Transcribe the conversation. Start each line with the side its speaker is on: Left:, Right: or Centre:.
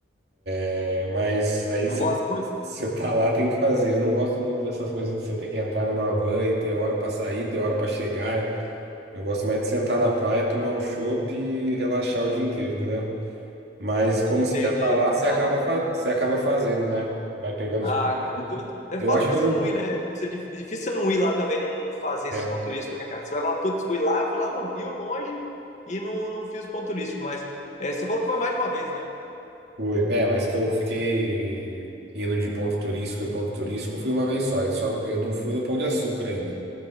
Right: É, mas aí
Left: Não
Right: você
Left: gosta muito?
Right: tá lá, tem que fazer. Eu não gosto muito dessas coisas de você ter que entrar numa van e ter hora pra sair, ter hora pra chegar. Eu gosto mais de sentar na praia, tomar um chopp e relaxar o dia inteiro, entendeu? Mas como
Left: Entendi.
Right: você já tá lá, você
Left: Ah,
Right: acaba,
Left: não-
Right: fa- você acaba fazendo, né? Vai pegando
Left: ah,
Right: os.
Left: cara, é du- é
Right: Eu
Left: foda
Right: acho
Left: também
Right: que eu
Left: você
Right: não.
Left: não ir, né? Isso É dif- difícil você não ir lá também, não não fazer esses
Right: É,
Left: pontos turísticos, né, cara? Você vai falar, putz, fui lá, fui lá no Rio, longe, e não, não fiz ponto turístico, mas é, você falou que foi mais de uma vez,
Right: foi. É, mas que eu fiquei indo de ponto turístico e ponto turístico, eu fui uma vez só. Eu, só não, eu não fui no Pão de Açúcar ainda.